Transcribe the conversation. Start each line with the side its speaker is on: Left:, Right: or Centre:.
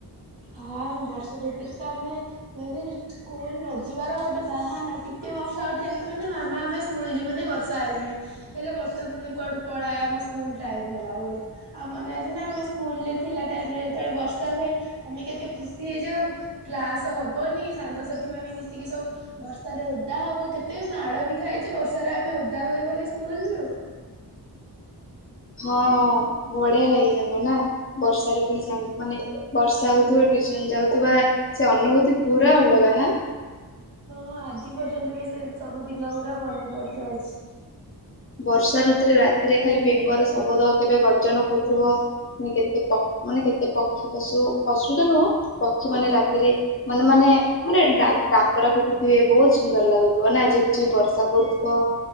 Right: ହଁ ବର୍ଷା ଭିତରେ ତ ଆମେ ମାନେ ସ୍କୁଲ ନ ଯିବାର ଗୋଟେ ବାହାନା ଟିକେ ବର୍ଷା ଉଠେଇଲା ମାନେ ମାମା ଆମେ ସ୍କୁଲ ଯିବୁନି ବର୍ଷା ଆଇଲାଣି ହେଲେ ବର୍ଷା ପୁଣି କୁଆଡୁ ପଳାଏ ଆମ ସ୍କୁଲ ଟାଇମ ହେଲା ବେଳୁ ଆଉ ମନେ ଅଛି ନା ଆମେ ସ୍କୁଲରେ ଥିଲା ଟାଇମରେ ଯେତେବେଳେ ବର୍ଷା ହୁଏ ଆମେ କେତେ ଖୁସି ହେଇଯାଉ କ୍ଲାସ ହବନି ସାଙ୍ଗସାଥି ମାନେ ମିଶିକି ସବୁ ବର୍ଷାରେ ଓଦା ହବୁ କେତେ ମାଡ ବି ଖାଇଛେ ବର୍ଷାରେ ଆମେ ଓଦା ହୁଏ ବୋଲି ସ୍କୁଲରୁୁ।
Left: ହଁ ହଁ ବଢିଆ ଲାଗେ ସାଙ୍ଗ ନା ବର୍ଷାରେ ପୁଣି ମାନେ ବର୍ଷା ହଉଥିବ ଟିଉସନ ଯାଉଥିବା ସେ ଅନୁଭୂତି ପୁରା ଅଲଗା ନା।
Right: ହଁ ହଁ ଆଜି ପର୍ଯ୍ୟନ୍ତ ବି ସେ ସବୁ ଦିନ ଗୁରା ମନେ ପଡ଼ି ଯାଉଛି।
Left: ବର୍ଷା ଋତୁରେ ରାତିରେ ଖାଲି ବେଙ୍ଗର ଶବଦ କେବେ ଗର୍ଜନ କରୁଥିବ କେତେ ମାନେ କେତେ ପକ୍ଷୀ ପଶୁ ପଶୁଟା ନୁହଁ ପକ୍ଷୀ ମାନେ ରାତିରେ ମାନେ ମାନେ ମାନେ ଡାକ ଡାକରା ପିଟୁଥିବେ ବହୁତ ସୁନ୍ଦର ଲାଗୁଥିବ ନା ଝିପଝିପ୍ ବର୍ଷା ପଡୁଥିବ